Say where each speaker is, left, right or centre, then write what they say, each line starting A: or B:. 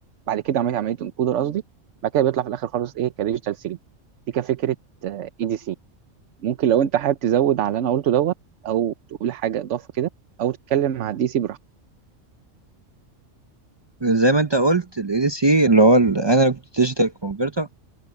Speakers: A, on the right; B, on the right.
A: بعد كده عمليه عمليه انكودر قصدي بعد كده بيطلع في الاخر خالص ايه كديجيتال سيجنال دي كفكره اي دي سي ممكن لو انت حابب تزود على اللي انا قلته دوت او تقول حاجه اضافه كده او تتكلم مع الدي سي براحتك
B: زي ما انت قلت ال ADC اللي هو الانالوج ديجيتال كونفرتر